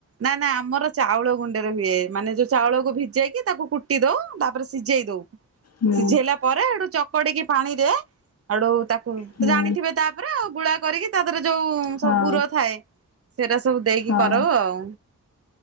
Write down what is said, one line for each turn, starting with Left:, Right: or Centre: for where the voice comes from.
Right: ନା ନା ଆମର ଚାଉଳ ଗୁଣ୍ଡରେ ହୁଏ ମାନେ ଯୋଉ ଚାଉଳକୁ ଭିଜେଇକି ତାକୁ କୁଟି ଦଉ ତା ତାପରେ ସିଝେଇ ଦଉ
Left: ହୁଁ
Right: ସିଝେଇଲା ପରେଠୁ ଚକଡିକି ପାଣିରେ ଆୁ ତାକୁ
Left: ହୁଁ
Right: ଜାଣିଥିବେ ତାପରେ ଆଉ ଗୁଳା କରିକି ତା ଦେରେ ଯୋଉ ସବୁ
Left: ହଁ
Right: ପୁର ଥାଏ। ସେଇଟା ସବୁ ଦେଇକି
Left: ହଁ
Right: କର ଆଉ